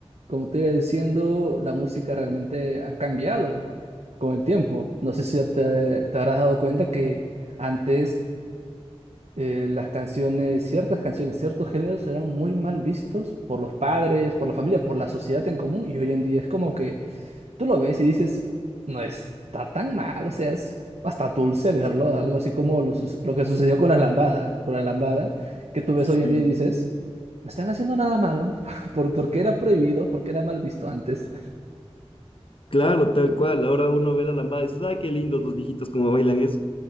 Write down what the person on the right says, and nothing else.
Como te iba diciendo, la música realmente ha cambiado con el tiempo. No sé si ya te, te habrás dado cuenta que antes eh, las canciones, ciertas canciones, ciertos géneros eran muy mal vistos por los padres, por la familia, por la sociedad en común y hoy en día es como que tú lo ves y dices, no está tan mal, o sea, es hasta dulce verlo, algo así como lo, sus- lo que sucedió con la lambada, con la lambada, que tú ves
hoy en día y dices, no están haciendo nada malo, <laughs> por, porque era prohibido, porque era mal visto antes.